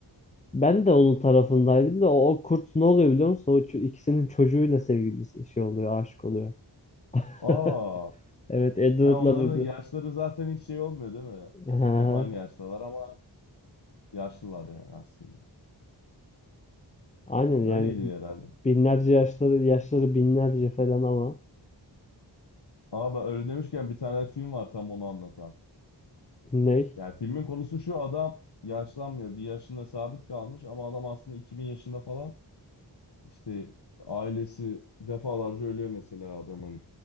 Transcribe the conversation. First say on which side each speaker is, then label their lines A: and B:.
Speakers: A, on the left (about 15°); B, on the left (about 65°).
A: Ben de onun tarafındaydım da o, o kurt ne oluyor biliyor musun? O ço- ikisinin çocuğuyla sevgilisi şey oluyor, aşık oluyor. <laughs>
B: Aa,
A: Evet, Edward'la
B: ya onların
A: Bibi.
B: yaşları zaten hiç şey olmuyor değil mi?
A: Aha,
B: Hep aynı yaştalar ama yaşlılar yani aslında.
A: Aynen yani
B: Öyleydi herhalde.
A: binlerce yaşları yaşları binlerce falan ama
B: Aa ben öyle demişken bir tane film var tam onu anlatan.
A: ne?
B: Yani filmin konusu şu adam yaşlanmıyor. Bir yaşında sabit kalmış ama adam aslında 2000 yaşında falan. İşte ailesi defalarca ölüyor mesela adamın.